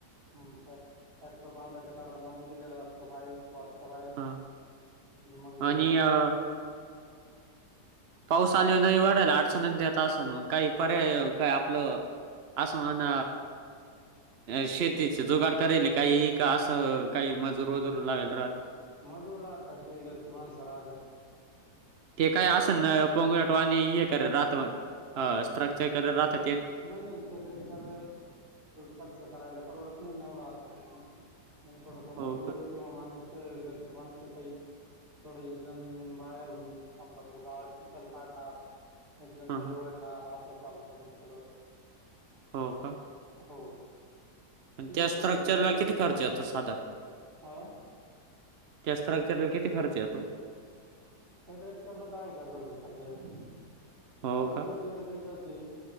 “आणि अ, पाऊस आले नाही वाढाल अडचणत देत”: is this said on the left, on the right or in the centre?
Right